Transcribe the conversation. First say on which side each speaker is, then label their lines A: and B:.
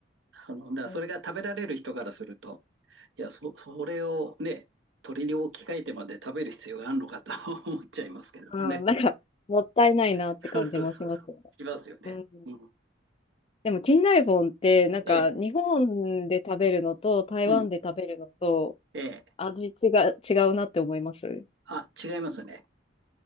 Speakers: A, on the right (about 80°); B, on the left (about 30°).
A: あの、だからそれが食べられる人からすると、
B: うん
A: いや、そ、それをね、鳥に置き換えてまで食べる必要があるのかと <laughs> 思っちゃいますけどもね。
B: うん、なんか、もったいないなって感じもしますよね。
A: <laughs> そうそうそうそう。しますよね。
B: うん。
A: うん。
B: でも、近代本って、なんか、
A: ええ、
B: 日本で食べるのと、台湾で食べるのと、
A: うん。ええ。
B: 味違う、違うなって思います
A: あ、違いますね。